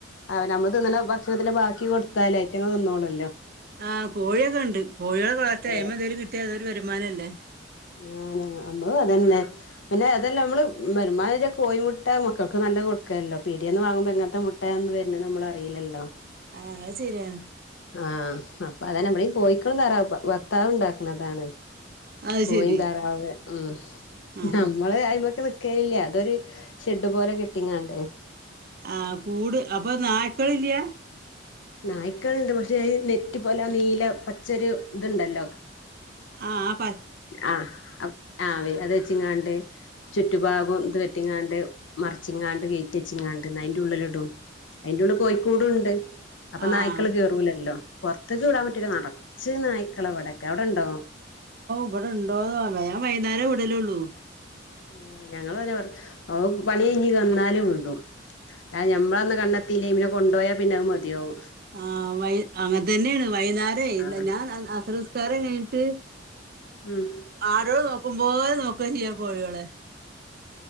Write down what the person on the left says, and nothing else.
ആ ഞമ്മൾ തിന്ണ ഭക്ഷണത്തിന്റെ ബാക്കി കൊടുത്താൽ ഐറ്റങ്ങൾ തിന്നോളല്ലോ
ഏഹ്
ആ ഞ മ്മളു അതന്നെ പിന്നേ അതെല്ല മ്മള് വരുമാനളെ കോയിമുട്ട മക്കൾക്ക് നല്ല കൊ കൊടുക്കല്ലോ പീടിയന്ന് വാങ്ങുമ്പോ എങ്ങത്തെ മുട്ടയാന്ന് വെര്നേന്ന് അമ്മളറിയില്ലല്ലോ
ആ അപ്പതന്നെ അമ്മളീ കേയികളും താറാവും ഇപ്പം വർത്താവ്ണ്ടാക്ക്ണതാണ്
കോയിം
താറാവ് ഉം
ഞമ്മള് അയ്മക്ക് ന് ക്കേലില്യ <unintelligible> അതൊര് ഷെഡ് പോലെ കെട്ടിങ്ങാണ്ടേ
നായ്ക്കള്ണ്ട് പക്ഷെ നെറ്റ് പോലെ നീല പച്ചരു ഇത്ണ്ടല്ലോ
ആ ആ അത് വെച്ചിങ്ങാണ്ട് ചുറ്റുഭാഗും ഇത് കെട്ടിങ്ങാണ്ട് മറച്ചിങ്ങാണ്ട് ഗേറ്റ് വേച്ചിങ്ങാണ്ട് അതിന്റെ ഉള്ളിൽ ഇടും അയിന്റ ഉള്ള്ൽ കോയിക്കൂടുണ്ട് അപ്പൊ
നായ്ക്കള് കേറൂലല്ലോ പൊർത്ത്ക്ക് വിടാം പറ്റുല നറച്ച് നായ്ക്കളവടെക്കെ അവടെണ്ടോ
ഏ ഞങ്ങള് അതേ പോലെ ഓൻ പണി കയ്ഞ് വന്നാല് വിടും <unintelligible> ഞമ്മളൊന്ന് കണ്ണേത്തിലേൽ പിന്നെ കൊണ്ടോയാ പിന്നെ അത്‌ മതിയാവു
ആഹ്
ഉം